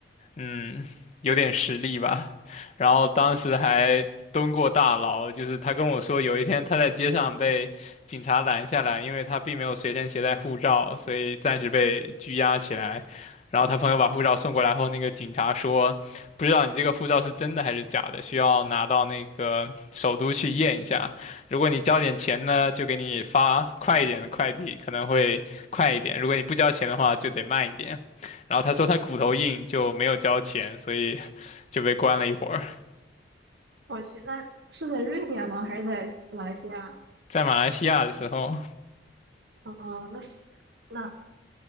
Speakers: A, on the left; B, on the right.
A: 嗯，有点实力吧。然后当时还蹲过大牢，就是他跟我说，有一天他在街上被警察拦下来，因为他并没有随身携带护照，所以暂时被拘押起来。然后他朋友把护照送过来后，那个警察说，不知道你这个护照是真的还是假的，需要拿到那个首都去验一下。如果你交点钱呢，就给你发快一点的快递，可能会快一点；如果你不交钱的话，就得慢一点。然后他说他骨头硬，就没有交钱，所以 <laughs> 就被关了一会儿。
B: 我去，那是在瑞典吗？还是在马来西亚？
A: 在马来西亚的时候，
B: 哦，那西那